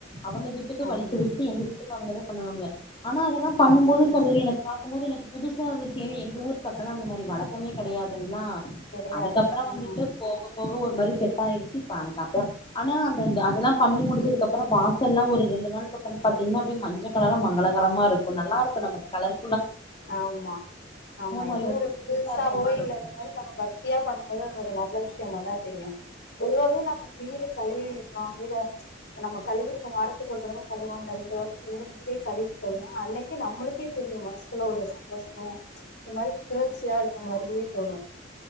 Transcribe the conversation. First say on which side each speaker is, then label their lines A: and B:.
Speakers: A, on the left (about 30°); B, on the left (about 65°).
A: அவங்க வீட்டுக்கு
B: ஆமா
A: வலிச்சு விட்டு எங்க வீட்டுக்கு அவங்கத பண்ணுவாங்க ஆனா அதெல்லா பண்ணும் போது
B: சரி
A: சகோதரி
B: சரி
A: எனக்கா பாக்கும் போது எனக்கு புதுசா இருந்துச்சு ஏன்னா எங்க ஊர் பக்கம்லா அந்த மாதிரி வழக்கமெ கிடையாதுங்களா
B: கெடையாது
A: அதுக்கப்பற வந்துட்டு
B: ம்
A: போக போக ஒரு மாதிரி செட் ஆயிடுச்சு இப்ப ஆனா அந்த அதெல்லா பண்ணி முடிச்சதுக்கு அதுக்கு அப்ரோ வாசல்லா ஒரு ரெண்டு நாளுக்கு அப்பற பாத்தீங்கன்னா அப்டியே மஞ்ச கலர மங்களகரமா இருக்கும் நல்லா இருக்கும் நம்ம கலர்
B: ஆமா ஆமா எங்க
A: மாரி வந்து
B: ஒரு புதுசா
A: இருக்க
B: கோயில
A: மாரி இருக்கு
B: மாதிரி நம்ம பக்தத்தியா பண்ணும்போது அது ஒரு நல்ல விஷயமாதா தெரியும் பொதுவாவே நம்ம வீடு கழுவிடுறோ வீட நம்ம கழுவிருப்ப வாரத்துக்கு ஒரு தடவ கழுவோ ரெண்டு வாரத்துக்கு ஒரு தடவ வீடே கழுவிட்டோம்னா அன்னிக்கே நம்மளுக்கே தெரியும் மனசுக்குள்ள ஒரு சந்தோஷ இந்த மாதிரி பிரச்சியா இருக்க மாதிரியே தோணும்